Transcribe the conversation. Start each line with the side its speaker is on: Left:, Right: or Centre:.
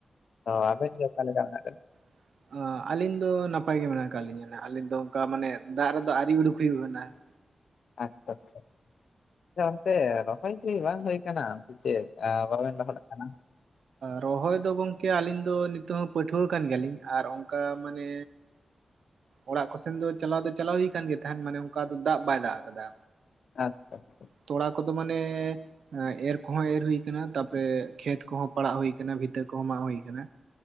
Left: ᱚ ᱟᱹᱵᱤᱱ ᱜᱮ ᱚᱠᱟ ᱞᱮᱠᱟ ᱢᱮᱱᱟᱜ ᱵᱤᱱ
Right: <inaudible> ᱟᱹᱞᱤᱧ ᱫᱚ ᱱᱟᱯᱟᱭ ᱜᱮ ᱢᱮᱱᱟᱜ ᱟᱠᱟᱫ ᱞᱤᱧᱟ ᱟᱹᱞᱤᱧ ᱫᱚ ᱚᱱᱠᱟ ᱢᱟᱱᱮ ᱫᱟᱜ ᱨᱮᱫᱚ ᱟᱣᱨᱤ ᱩᱰᱩᱠ ᱦᱩᱭᱩᱜ ᱟᱱᱟ <inaudible>
Left: ᱟᱪᱪᱷᱟ ᱟᱪᱪᱷᱟ ᱚᱱᱛᱮ ᱨᱚᱦᱚᱭ ᱠᱤ ᱵᱟᱝ ᱦᱩᱭ ᱠᱟᱱᱟ ᱪᱮᱹᱫ ᱵᱟᱵᱤᱱ ᱞᱚᱹᱦᱚᱫ ᱠᱟᱱᱟ᱾
Right: ᱨᱚᱦᱚᱭ ᱫᱚ ᱜᱚᱝᱠᱮ ᱟᱹᱞᱤᱧ ᱫᱚ ᱱᱤᱛᱚᱜ ᱦᱚᱸ ᱯᱚᱹᱴᱷᱩᱣᱟᱹ ᱠᱟᱱ ᱜᱮᱭᱟ ᱞᱤᱧ ᱟᱨ ᱚᱱᱠᱟ ᱢᱟᱱᱮ ᱚᱲᱟᱜ ᱠᱚᱥᱱ ᱫᱚ ᱪᱟᱞᱟᱣ ᱫᱚ ᱪᱟᱞᱟᱣ ᱦᱩᱭ ᱟᱠᱟᱱ ᱜᱮ ᱛᱟᱦᱮᱸᱱ ᱢᱟᱱᱮ ᱚᱱᱠᱟ ᱫᱟᱜ ᱵᱟᱭ ᱫᱟᱜ ᱟᱠᱟᱫᱟ
Left: ᱟᱪᱪᱷᱟ ᱟᱪᱪᱷᱟ
Right: ᱛᱚᱲᱟ ᱠᱚᱫᱚ ᱢᱟᱱᱮ ᱮᱨ ᱠᱚᱦᱚᱸ ᱮᱨ ᱦᱩᱭ ᱟᱠᱟᱱᱟ᱾ ᱛᱟᱯᱚᱨᱮ ᱠᱷᱮᱛ ᱠᱚᱦᱚᱸ ᱯᱟᱲᱟᱜ ᱦᱩᱭ ᱟᱠᱟᱱᱟ ᱵᱷᱤᱛᱟᱹ ᱠᱚᱦᱚᱸ ᱢᱟᱜ ᱦᱩᱭ ᱟᱠᱟᱱᱟ